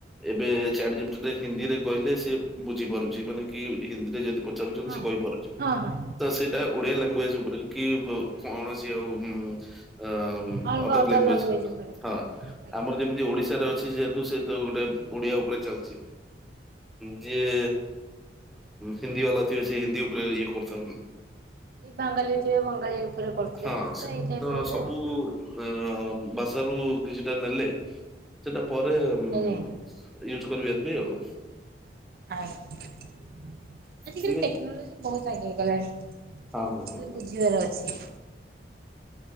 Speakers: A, in the centre; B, on the right.
A: ଏବେ ଚାଟ୍ ଜିପିଟିରେ ହିନ୍ଦୀରେ କହିଲେ ସିଏ ବୁଝିପାରୁଛି ମାନେ କି ହିନ୍ଦୀରେ ଯଦି ଚାରୁଛନ୍ତି
B: ହଁ
A: ସେ କହିପାରୁଛନ୍ତି।
B: ହଁ ହଁ
A: ତ ସେଇଟା ଓଡିଆ ଲାଙ୍ଗୁଏଜ
B: ହଁ
A: ଉପରେ କି କୌଣସି ଆଉ ଆ
B: ଅଲଗା
A: ଅଦର ଲାଙ୍ଗୱେଜ୍
B: ଲାଙ୍ଗୁଏଜ ଉପରେ
A: ହଁ।
B: ଆଜ୍ଞା।
A: ଆମର ଯେମିତି ଓଡିଶାରେ ଅଛି ଯେହେତୁ ସେ ତ ଗୋଟେ ଓଡିଆ ଉପରେ ଚାଲିଛି। ଯିଏ ହିନ୍ଦୀ ବାଲାଥିବେ ସିଏ ହିନ୍ଦୀ ଉପରେ ଇଏ କରୁଥା
B: ବାଙ୍ଗାଳୀ ଥିବେ ବଙ୍ଗାଳୀ ଉପରେ କରୁଥିବେ
A: ହଁ ସେ
B: ତ ଏଇ ଟାଇପର ବୋଧେ
A: ସବୁ
B: ଆଉ।
A: ଅ ଭାଷାରୁ କିଛିଟା ନେଲେ ସେଟା ପରେ ୟୁଜ
B: ଆଜ୍ଞା।
A: କରିବେ ଯେମିତି ଆଉ।
B: ଆଜ୍ଞା ଆଜି
A: ଠିକ୍
B: କାଲି
A: ଅଛି
B: ଟେକ୍ନୋଲୋଜି ବହୁତ ଆଗେଇ ହେଇଗଲାଣି।
A: ହଁ ହଁ ହଁ
B: ଖାଲି
A: ହଁ।
B: ବୁଝିବାର ଅଛି।